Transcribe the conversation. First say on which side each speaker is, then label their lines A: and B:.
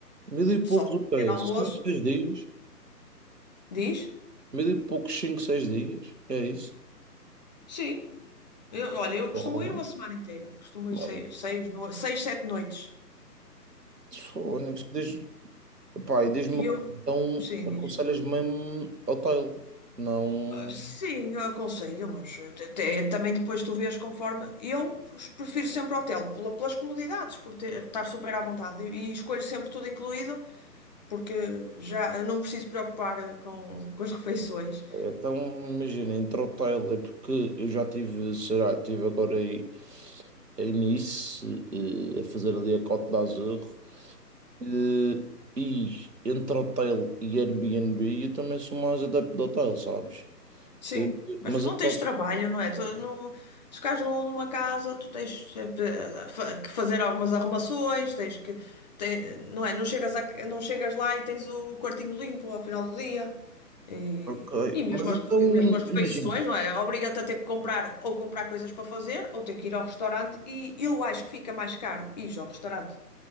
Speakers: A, on the right (about 70°); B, on the left (about 25°).
A: Mil e poucos
B: só comer
A: o quê?
B: almoço,
A: Cinco, seis dias?
B: diz,
A: Mil e poucos, cinco, seis dias? É isso?
B: sim. Eu- olha, eu costumo
A: Oh,
B: ir uma semana inteira, costumo
A: olha,
B: ir seis, seis, no- seis, sete noites.
A: Fónix, diz, pá, e diz-me
B: E
A: uma
B: eu,
A: coisa, então
B: sim,
A: aconselhas
B: diz.
A: mesmo hotel, não...
B: "Ah, Sim, eu aconselho, mas até, também depois tu vês conforme. Eu prefiro sempre hotel, pela- pelas comodidades, por ter- estar super à vontade. E, e escolho sempre tudo incluído, porque já não preciso preocupar eh, com, com as refeições.
A: Então, imagina, entre hotel, é porque eu já tive, sei lá, estive agora aí em Nice, eh, a fazer ali a Côte d'Azur, eh, e entre hotel e Airbnb, eu também sou mais adepto de hotel, sabes?
B: Sim,
A: Eh,
B: mas
A: Mas
B: não
A: então,
B: tens trabalho, não é? Tu, não, se ficares num- numa casa, tu tens sempre eh, fa- que fazer algumas arrumações, tens que, tem- não é? Não chegas, a- não chegas lá e tens o quartinho limpo ao final do dia. E,
A: ok.
B: e mesmo
A: Mas então,
B: as, refe- mesmo as refeições,
A: imagina.
B: não é? Obriga-te a ter que comprar ou comprar coisas para fazer ou ter que ir ao restaurante. E eu acho que fica mais caro ir ao restaurante